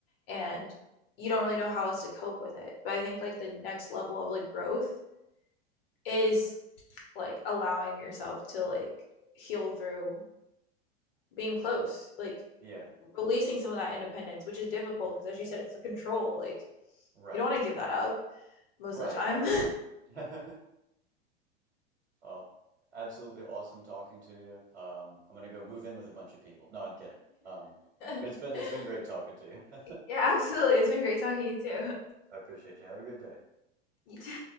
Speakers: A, on the left (about 60°); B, on the right (about 85°).
A: and you don't really know how else to cope with it but i think like the next level of like growth is like allowing yourself to like heal through being close like
B: Yeah.
A: releasing some of that independence which is difficult because as you said it's the control like
B: Right.
A: you don't want to give that up most
B: Right.
A: of the time
B: Uh, yeah. <laughs> Well, absolutely awesome talking to you. Um, I'm gonna go move in with a bunch of people. No, I'm kidding. Um, but
A: <laughs>
B: it's been it's been great talking to you. <laughs>
A: yeah absolutely it's been great talking to you too
B: I appreciate you. Have a good day.
A: You too.